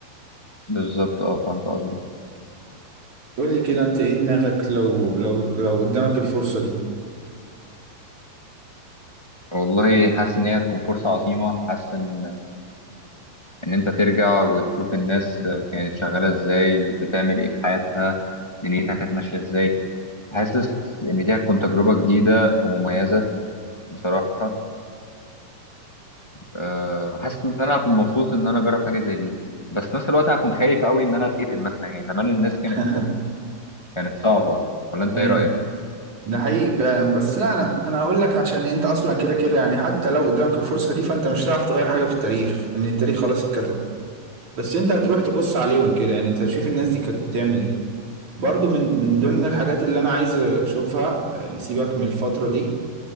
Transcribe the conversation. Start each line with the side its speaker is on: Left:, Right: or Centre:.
Left: بالظبط أه فهمت قصدك
Right: قول لي كده انت ايه دماغك لو لو لو قدامك الفرصة دي
Left: والله حاسس إن هي هتكون فرصة عظيمة حاسس إن إن أنت ترجع وتشوف الناس آه، كانت شغالة إزاي بتعمل إيه في حياتها دنيتها كانت ماشية إزاي حاسس إن دي هتكون تجربة جديدة ومميزة بصراحة آه، حاسس ان انا هكون مبسوط ان انا اجرب حاجه زي دي بس في نفس الوقت هكون خايف قوي ان انا اتقتل مثلا يعني زمان الناس كانت
Right: <laughs>
Left: كانت صعبه ولا انت
Right: ايوه
Left: ايه رايك
Right: ده حقيقي فعلا بس لا انا انا هقول لك عشان انت اصلا كده كده يعني حتى لو قدامك الفرصة دي فانت مش هتعرف تغير حاجة في التاريخ لان التاريخ خلاص اتكتب بس انت هتروح تبص عليهم كده يعني انت هتشوف الناس دي كانت بتعمل ايه برضو من من ضمن الحاجات اللي انا عايز اشوفها آه، سيبك من الفترة دي